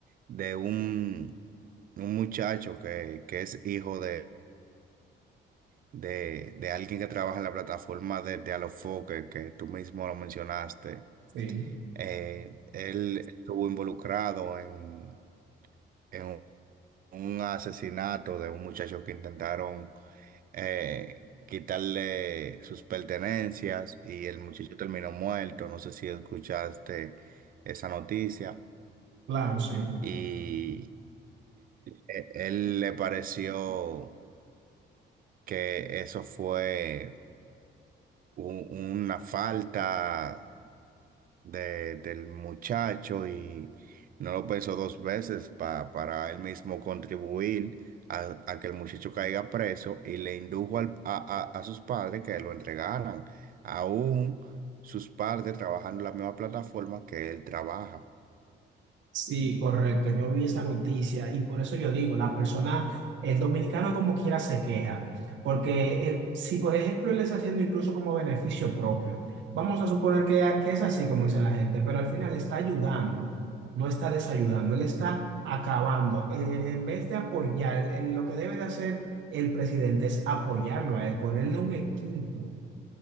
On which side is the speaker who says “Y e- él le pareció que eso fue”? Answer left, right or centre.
Right